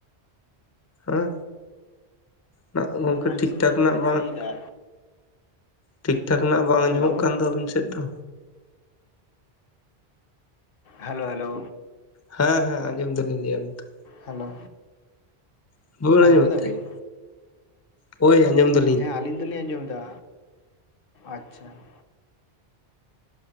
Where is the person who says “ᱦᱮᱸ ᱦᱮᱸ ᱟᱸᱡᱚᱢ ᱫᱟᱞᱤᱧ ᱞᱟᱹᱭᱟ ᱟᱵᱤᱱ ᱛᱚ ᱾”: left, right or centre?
Left